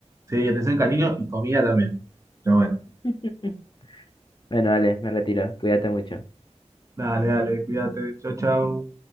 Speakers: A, on the right (about 25°); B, on the left (about 40°).
A: Sí, atención, cariño y comida también. Pero bueno.
B: <laughs> Bueno, dale, me retiro. Cuídate mucho.
A: Dale, dale, cuídate. Chau, chau.